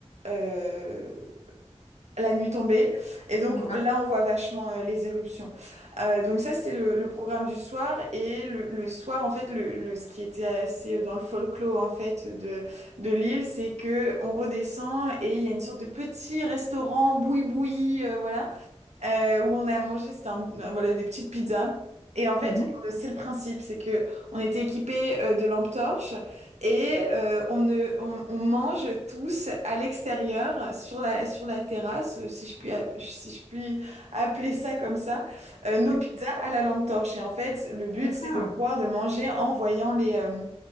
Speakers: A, on the right (about 80°); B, on the left (about 80°).
A: euh, la nuit tombée. Et donc
B: D'accord.
A: là, on voit vachement euh, les éruptions. Euh, donc ça, c'était le, le programme du soir. Et le, le soir, en fait, le, le- ce qui était assez euh, dans le folklore, en fait, de, de l'île, c'est que on redescend et il y a une sorte de petit restaurant boui-boui, euh, voilà euh, où on a mangé, c'était un- voilà, des petites pizzas. Et en fait,
B: Mhm.
A: euh, c'est le principe, c'est que on était équipés euh, de lampes torches et euh, on, ne, on, on mange tous à l'extérieur sur la, sur la terrasse, euh, si je puis, app- si je puis appeler ça comme ça, euh, nos
B: <laughs>
A: pizzas à la lampe torche. Et en fait, le but,
B: D'accord.
A: c'est de voir, de manger en voyant les, euh,